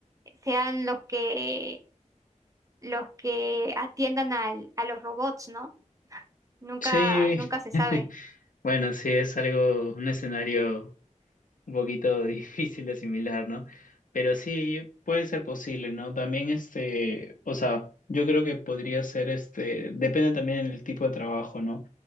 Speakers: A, on the right (about 25°); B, on the left (about 85°).
A: sean los que los que atiendan al, a los robots, ¿no? Nunca,
B: Sí,
A: nunca se
B: <laughs>
A: sabe.
B: bueno, sí, es algo, un escenario un poquito <laughs> difícil de asimilar, ¿no? Pero sí, puede ser posible, ¿no? También este, o sea, yo creo que podría ser este, depende también del tipo de trabajo, ¿no?